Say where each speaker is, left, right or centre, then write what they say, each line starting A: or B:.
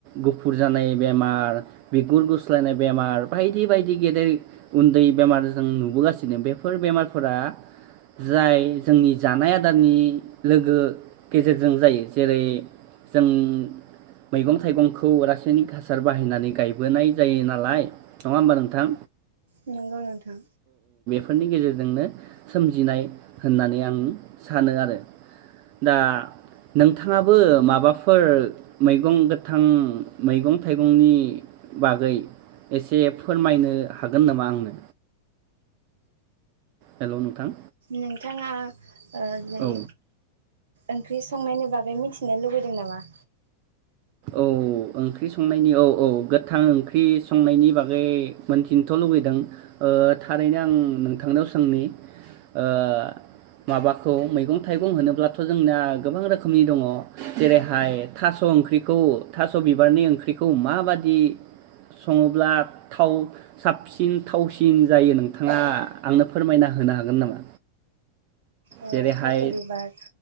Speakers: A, on the right (about 45°); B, on the right (about 65°).
A: गुफुर जानाय बेमार बिगुर गुस्लायनाय बेमार बायदि बायदि गेदेर उनदै बेमार जों नुबोगासिनो बेफोर बेमारफोरा जाय जोंनि जानाय आदारनि लोगो गेजेरजों जायो जेरै जों मैगं-थाइगंखौ रासायनिक हासार बाहायनानै गायबोनाय जायो नालाय नङा होमबा नोंथां?
B: नंगौ नोंथां
A: फोरनि गेजेरजोंनो सोमजिनाय होननानै आं सानो आरो दा नोंथाङाबो माबाफोर मैगं गोथां मैगं-थाइगंनि बागै एसे फोरमायनो हागोन नामा आंनो? हेल' नोंथां
B: नोंथाङा ओ जेरै
A: औ
B: ओंख्रि संनायनि बागै मिथिनो लुबैदों नामा?
A: औ ओंख्रि संनायनि औ औ गोथां ओंख्रि संनायनि बागै मोनथिनोथ' लुबैदों ओ थारैनो आं नोंथांनाव सोंनि ओ माबाखौ मैगं थाइगं होनोब्लाथ' जोंना गोबां रोखोमनि दङ जेरैहाय थास' ओंख्रि खौ थास' बिबारनि ओंख्रिखौ माबादि सङोब्ला थाव साबसिन थावसिन जायो नोंथाङा आंनो फोरमायना होनो हागोन नामा?
B: औ
A: जेरैहाय
B: थास' बिबार